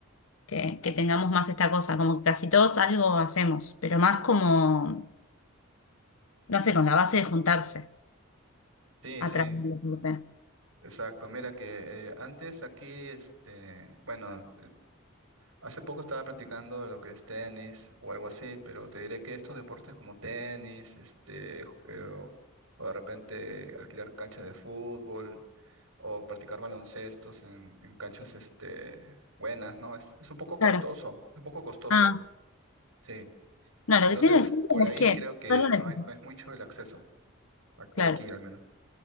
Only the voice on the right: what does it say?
Sí,
sí,
exacto. Mira que eh, antes aquí, este, bueno, Hace poco estaba practicando lo que es tenis o algo así, pero te diré que estos deportes como tenis, este, ju- eh, o, o de repente alquilar canchas de fútbol o practicar baloncestos en, en canchas, este, buenas, ¿no? Es, es un poco costoso,
es un poco costoso,
sí.
Entonces,
por ahí
creo que
no
es, no es mucho el acceso, a- por
aquí al menos.